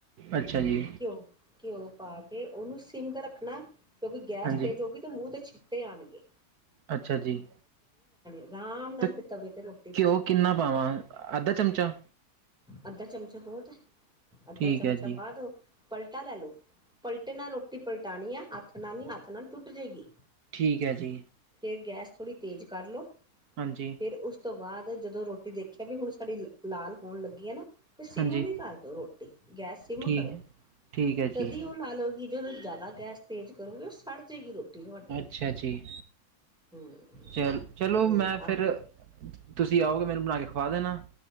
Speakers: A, on the right; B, in the centre.
A: ਅੱਛਾ ਜੀ
B: ਘਿਓ, ਘਿਓ ਪਾ ਕੇ ਉਹਨੂੰ ਸਿਮ ਤੇ ਰੱਖਣਾ ਕਿਉਂਕਿ ਗੈਸ
A: ਹਾਂਜੀ
B: ਤੇ ਜੋ ਕਿ ਅਤੇ ਮੂੰਹ ਤੇ ਛਿੱਟੇ ਆਉਣਗੇ
A: ਅੱਛਾ ਜੀ,
B: ਆਰਾਮ ਨਾਲ
A: ਤੇ
B: ਫਿਰ ਤਵੇ ਤੇ ਰੋਟੀ ਪਾਓ
A: ਘਿਓ ਕਿੰਨਾ ਪਾਵਾਂ ਅੱਧਾ ਚਮਚਾ
B: ਅੱਧਾ ਚਮਚਾ ਬਹੁਤ ਏ, ਅੱਧਾ
A: ਠੀਕ
B: ਚਮਚਾ
A: ਹੈ ਜੀ
B: ਪਾ ਦੋ ਪਲਟਾ ਲੈ ਲੋ, ਪਲਟੇ ਨਾਲ ਰੋਟੀ ਪਲਟਾਣੀ ਹੈ ਹੱਥ ਨਾਲ ਨਹੀਂ ਹੱਥ ਨਾਲ ਟੁੱਟ ਜਾਏਗੀ
A: ਠੀਕ ਏ ਜੀ
B: ਫਿਰ ਗੈਸ ਥੋੜ੍ਹੀ ਤੇਜ਼ ਕਰ ਲਉ
A: ਹਾਂਜੀ
B: ਫਿਰ ਉਸ ਤੋਂ ਬਾਅਦ ਜਦੋਂ ਰੋਟੀ ਦੇਖਿਆ ਵੀ ਹੁਣ ਸਾਡੀ ਲਾਲ ਹੋਣ ਲੱਗੀ ਆ ਨਾ ਫ ਸਿੰਮ
A: ਹਾਂਜੀ
B: ਵੀ ਕਰ ਦਿਉ ਰੋਟੀ ਗੈਸ ਸਿਮ
A: ਠੀਕ
B: ਕਰੋ
A: ਠੀਕ ਹੈ
B: ਤਦੀ
A: ਜੀ
B: ਉਹ ਲਾ ਲਓ ਗੀ, ਜਦੋਂ ਜ਼ਿਆਦਾ ਗੈਸ ਤੇਜ਼ ਕਰੋਗੀ ਉਹ ਸੜ ਜਾਵੇਗੀ ਰੋਟੀ ਤੁਹਾਡੀ
A: ਅੱਛਾ ਜੀ,
B: ਹਮ
A: ਚਲ ਚਲੋ
B: ਤੇ
A: ਮੈਂ ਫਿਰ
B: ਆਲੂ
A: ਤੁਸੀਂ ਆਓਗੇ ਮੈਨੂੰ ਬਣਾ ਕੇ ਖਵਾ ਦੇਣਾ